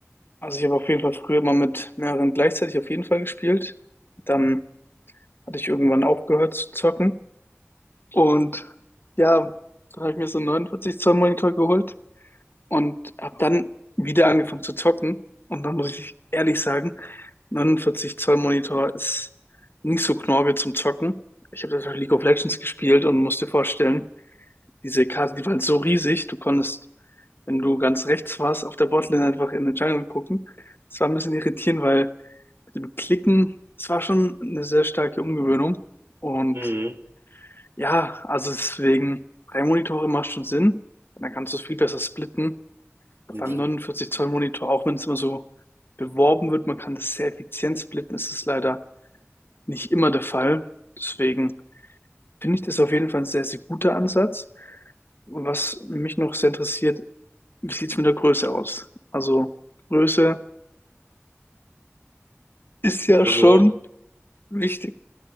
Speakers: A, on the left (about 50°); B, on the right (about 55°).
A: Also ich habe auf jeden Fall früher mal mit mehreren gleichzeitig auf jeden Fall gespielt. Dann hatte ich irgendwann aufgehört zu zocken. Und ja, da habe ich mir so einen 49 Zoll Monitor geholt. und habe dann wieder angefangen zu zocken. Und dann muss ich ehrlich sagen, 49 Zoll Monitor ist nicht so knorke zum Zocken. Ich habe das auf League of Legends gespielt und musste vorstellen, diese Karte, die war halt so riesig, du konntest, wenn du ganz rechts warst, auf der Botlane einfach in den Jungle gucken. Das war ein bisschen irritierend, weil mit dem Klicken, es war schon eine sehr starke Umgewöhnung. Und
B: Mhm.
A: ja, also deswegen, drei Monitore macht schon Sinn. Dann kannst du es viel besser splitten
B: Mhm.
A: beim neunundvierzig zoll monitor auch wenn es immer so beworben wird, man kann das sehr effizient splitten, ist es leider nicht immer der Fall. Deswegen finde ich das auf jeden Fall ein sehr, sehr guter Ansatz. Was mich noch sehr interessiert, wie sieht es mit der Größe aus? Also Größe ist ja
B: Also
A: schon wichtig.